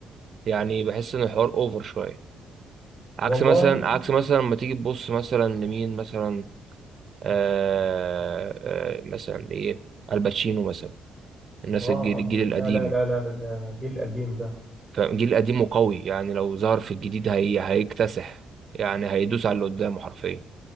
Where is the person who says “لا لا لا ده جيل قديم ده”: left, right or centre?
Centre